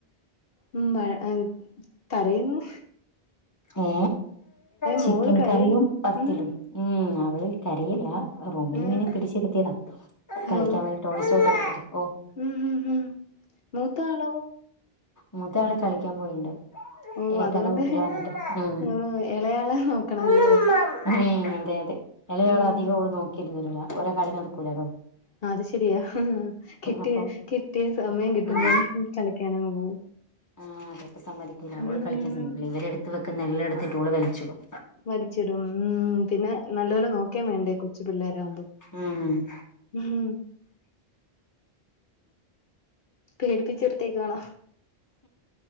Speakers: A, on the left; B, on the left.
A: മ്മ് വഴ്ങ്ങാം തരയുന്നു.
B: ഏ ചിക്കൻ
A: മോള് കരയുന്നു
B: കറിയും പത്തലും.
A: ഉം
B: ഉം അവള് കരയല്ലാ. റൂമിലിങ്ങനെ
A: ഉം
B: പിടിച്ചിരിത്തിയതാ
A: ഓ
B: കളിക്കാൻ വേണ്ടി ടോയ്സൊക്കെട്ത്തിട്ട് ഓ
A: ഉം ഉം ഉ ഉം മൂത്താളോ?
B: മൂത്താള് കളിക്കാൻ പോയിണ്ട്.
A: ഓ അതുകൊണ്ട്
B: <unintelligible> വന്നിട്ട് ഉ
A: ഓ ഇളയാളെ നോക്കണല്ലേ
B: <unintelligible> ഏഹ്, അതെ അതെ എല്ലയവള്
A: ഉം
B: അധികൊള് നോക്കിര്ന്നേരൂല ഓളെ കളി നടക്കൂലല്ലോ.
A: അഹ് അത് ശെരിയാ കിട്ടിയ
B: അപ്പം
A: കിട്ടിയ സമയം കിട്ടുമ്പം
B: ഉം
A: കളക്കാനങ് പോവും.
B: ആഹ് അതപ്പ സമ്മതിക്കൂല്ല ഓള്
A: ഉം
B: കളിക്കാൻസമ്മതിക്കില്ല ഇവരെടുത്ത് വെക്ന്ന എല്ലാം എടുത്തിട്ട് ഓള് വലിച്ചിടും.
A: വലിച്ചിടും ഉം പിന്നെ നല്ലോലെ നോക്കേം വേണ്ടേ കൊച് പിള്ളേരാവുമ്പോ.
B: ഉംമ്മ്.
A: ഉംമ്. പേടിപ്പിച്ചിർത്തേക്കാണോ?